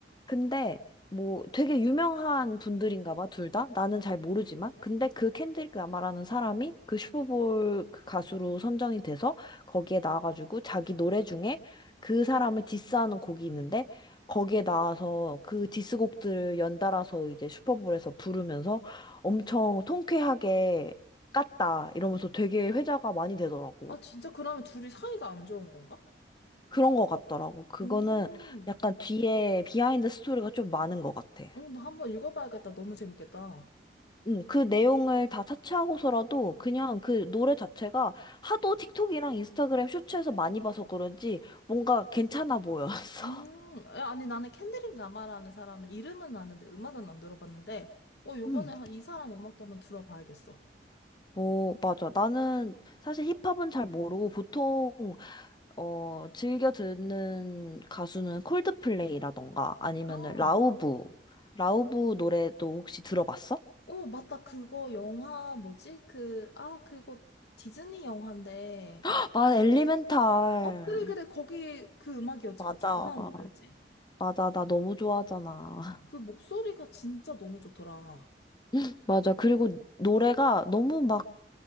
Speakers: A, on the left (about 25°); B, on the left (about 65°).
A: 근데 뭐 되게 유명한 분들인가 봐, 둘 다? 나는 잘 모르지만. 근데 그 켄드릭 라마라는 사람이 그 슈퍼볼 그 가수로 선정이 돼서 거기에 나와가지고 자기 노래 중에 그 사람을 디스하는 곡이 있는데 거기에 나와서 그 디스곡들을 연달아서 이제 슈퍼볼에서 부르면서 엄청 통쾌하게 깠다 이러면서 되게 회자가 많이 되더라고.
B: 아, 진짜 그러면 둘이 사이가 안 좋은 건가?
A: 그런 거 같더라고. 그거는
B: 음.
A: 약간 뒤에 비하인드 스토리가 좀 많은 것 같아.
B: 어, 나 한번 읽어봐야겠다. 너무 재밌겠다.
A: 음, 그 내용을 다 차치하고서라도 그냥 그 노래 자체가 하도 틱톡이랑 인스타그램 쇼츠에서 많이 봐서 그런지 뭔가 괜찮아 보였어.
B: 음, 야, 아니, 나는 캔드릭 라마라는 사람은 이름은 아는데 음악은 안 들어봤는데, 어, 요번에
A: 음.
B: 한 이 사람 음악도 한번 들어봐야겠어.
A: 어, 맞아. 나는 사실 힙합은 잘 모르고 보통, 어, 즐겨 듣는 가수는 콜드플레이라던가 아니면은
B: 어,
A: 라우브. 라우브 노래도 혹시 들어봤어?
B: 어, 맞다. 그거 영화 뭐지? 그, 아, 그거 디즈니 영화인데,
A: 헉, 맞아, 엘리멘탈.
B: 어, 그래, 그래. 거기 그 음악이었지,
A: 맞아.
B: 맞지? 그 사람 노래였지?
A: 맞아. 나 너무 좋아하잖아.
B: 그 목소리가 진짜 너무 좋더라.
A: <laughs> 맞아. 그리고 노래가 너무 막